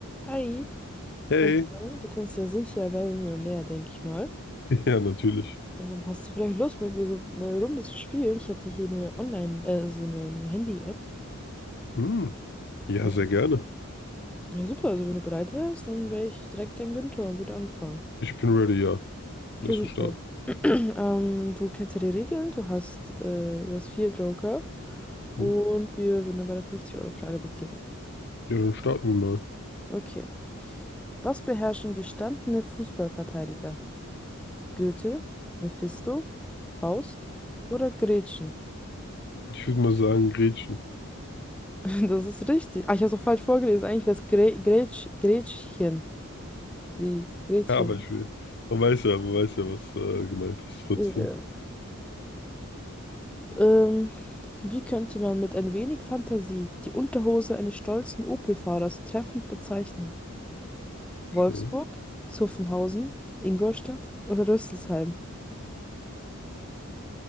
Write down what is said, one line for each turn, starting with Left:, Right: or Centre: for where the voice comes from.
Centre: Hi,
Left: Hey.
Centre: also,
Left: Ja. <laughs>
Centre: du kennst ja sicher Wer wird Millionär, denke ich mal.
Left: Ja, natürlich.
Centre: Ähm, hast du vielleicht Lust, mit mir so eine Runde zu spielen? Ich hätte hier eine Online, äh, so eine Handy-App.
Left: Hm. Ja,
Centre: Ähm,
Left: sehr gerne.
Centre: ja, super, also wenn du bereit wärst, dann wäre ich direkt dein Günther und würde anfangen.
Left: Ich bin ready, ja.
Centre: Okay,
Left: Lass
Centre: super.
Left: uns starten.
Centre: <clears throat> Ähm, du kennst ja die Regeln, du hast, äh, du hast vier Joker und
Left: Hm.
Centre: wir würden dann bei der fünfzig euro frage beginnen.
Left: Ja, dann starten wir mal.
Centre: Okay. Was beherrschen gestandene Fußballverteidiger? Goethe, Mephisto, Faust oder Gretchen?
Left: Ich würde mal sagen, Gretchen.
Centre: <laughs> Das ist richtig. Ah, ich habe es auch falsch vorgelesen. Eigentlich wäre es Grä Grätsch Gretchen. Wie? Gretchen.
Left: Ja, aber ich will. Man weiß ja, man weiß ja, was äh, gemeint ist trotzdem.
Centre: Ja. Ähm, wie könnte man mit ein wenig Fantasie die Unterhose eines stolzen Opel-Fahrers treffend bezeichnen? Wolfsburg,
Left: Okay.
Centre: Zuffenhausen, Ingolstadt oder Rüsselsheim?